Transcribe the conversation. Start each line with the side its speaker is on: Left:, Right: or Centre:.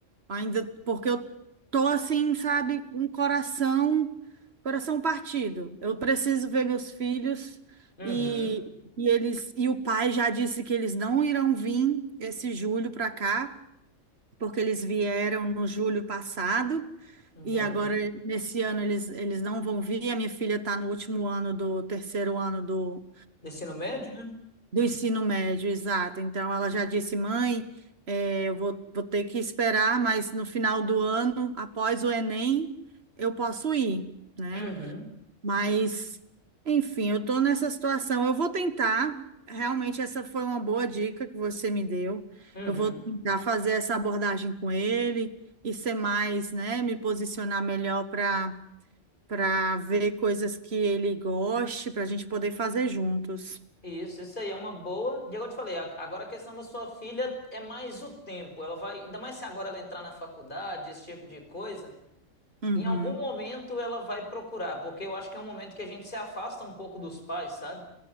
Right: Ainda porque eu tô assim, sabe, com um coração, coração partido. Eu preciso ver meus filhos
Left: Uhum.
Right: e, e eles e o pai já disse que eles não irão vir esse julho para cá, porque eles vieram no julho passado.
Left: Entendi.
Right: E agora, nesse ano, eles, eles não vão vir. A minha filha está no último ano do terceiro ano do,
Left: Do Ensino médio, né?
Right: do ensino médio, exato. Então, ela já disse, mãe, eh, eu vou, vou ter que esperar, mas no final do ano, após o Enem, eu posso ir, né?
Left: Uhum.
Right: Mas, enfim, eu estou nessa situação. Eu vou tentar, realmente, essa foi uma boa dica que você me deu.
Left: Uhum.
Right: Eu vou tentar fazer essa abordagem com ele e ser mais, né, me posicionar melhor para para ver coisas que ele goste, para a gente poder fazer juntos.
Left: Isso, isso aí é uma boa. E agora eu te falei, a- agora a questão da sua filha é mais o tempo. Ela vai, ainda mais se agora ela entrar na faculdade, esse tipo de coisa,
Right: Uhum.
Left: em algum momento ela vai procurar, porque eu acho que é um momento que a gente se afasta um pouco dos pais, sabe?